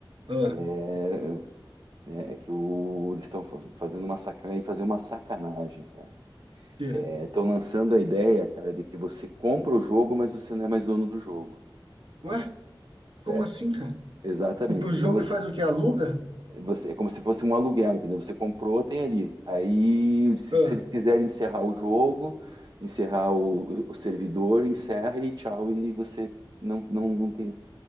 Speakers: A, on the right (about 70°); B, on the right (about 55°).
A: Ah,
B: é, né, é que o, eles estão fazendo uma sacanagem, fazer uma sacanagem, cara.
A: quê?
B: Estão lançando a ideia, cara, de que você compra o jogo, mas você não é mais dono do jogo.
A: Ué? Como
B: É,
A: assim, cara?
B: exatamente.
A: Compra o
B: Digamos,
A: jogo e faz o que? Aluga?
B: você, é como se fosse um aluguel, entendeu? Você comprou, tem ali. Aí, se,
A: Ah,
B: se eles quiserem encerrar o jogo, encerrar o, o servidor, encerra e tchau, e você não, não, não tem.